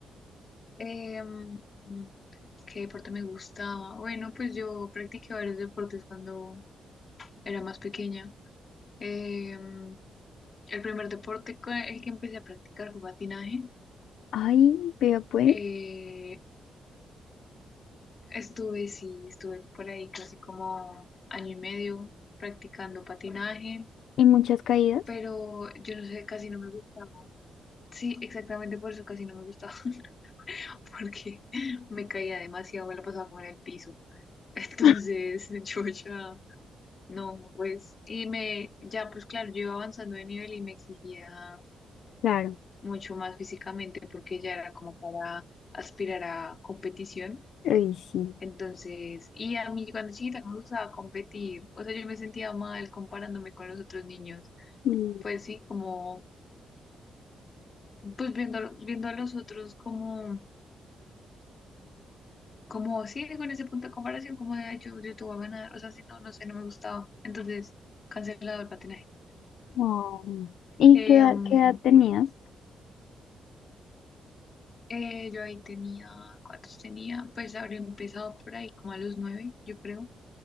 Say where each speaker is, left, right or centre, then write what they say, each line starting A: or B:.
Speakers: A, on the left (about 35°); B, on the left (about 80°).
A: Em, ¿qué deporte me gustaba? Bueno, pues yo practiqué varios deportes cuando era más pequeña. Em, el primer deporte con el que empecé a practicar fue patinaje.
B: Ay, vea pues,
A: Eh, estuve, sí, estuve por ahí casi como año y medio practicando patinaje.
B: y muchas caídas.
A: pero yo no sé, casi no me gustaba. Sí, exactamente por eso casi no me gustaba, <laughs> porque me caía demasiado, me la pasaba como en el piso. <laughs> Entonces
B: <laughs>
A: yo ya, no, pues, y me, ya pues claro, yo iba avanzando de nivel y me exigía
B: Claro.
A: mucho más físicamente porque ya era como para aspirar a competición.
B: Ay, sí.
A: Entonces, y a mí cuando chiquita me gustaba competir, o sea, yo me sentía mal comparándome con los otros niños.
B: Mm,
A: Pues sí, como pues viendo, viendo a los otros como, como sí, con ese punto de comparación, como de, ay, yo, yo te voy a ganar, o sea, si no, no sé, no me gustaba. Entonces, cancelado el patinaje.
B: oh. ¿Y
A: Eh,
B: qué, edad-
A: um,
B: qué edad tenías?
A: eh, yo ahí tenía, ¿cuántos tenía? Pues habría empezado por ahí, como a los nueve, yo creo,